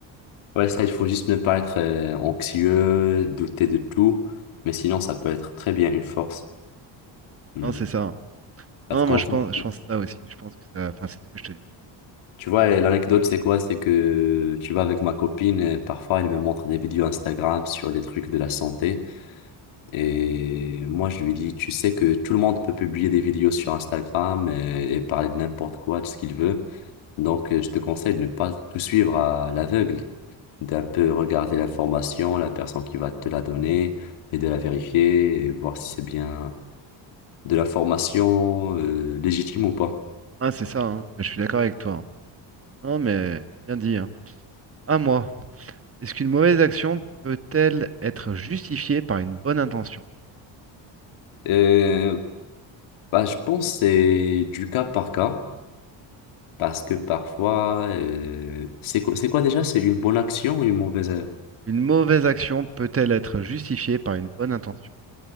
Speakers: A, on the left (about 80°); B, on the right (about 30°).
A: Ouais, ça, il faut juste ne pas être euh, anxieux, douter de tout, mais sinon, ça peut être très bien une force. Hmm.
B: Non, c'est ça. hein.
A: Parce
B: Non,
A: qu'en
B: moi je
A: fait,
B: pense, je pense ça aussi. Je pense que ça. Enfin, c'est ce que je te dis.
A: tu vois, euh, l'anecdote, c'est quoi? C'est que tu vas avec ma copine, euh, parfois, elle me montre des vidéos Instagram sur des trucs de la santé. Et moi, je lui dis, tu sais que tout le monde peut publier des vidéos sur Instagram et, et parler de n'importe quoi, de ce qu'il veut. Donc, euh, je te conseille de ne pas tout suivre à l'aveugle, d'un peu regarder l'information, la personne qui va te la donner et de la vérifier et voir si c'est bien de l'information euh, légitime ou pas.
B: Ah, c'est ça, hein. Mais je suis d'accord avec toi. hein. Non, mais bien dit, hein. À moi. Est-ce qu'une mauvaise action peut-elle être justifiée par une bonne intention?
A: Euh, bah, je pense que c'est du cas par cas parce que parfois, euh, c'est quoi, c'est quoi déjà? C'est une bonne action ou une mauvaise, euh,
B: Une mauvaise action peut-elle être justifiée par une bonne intention?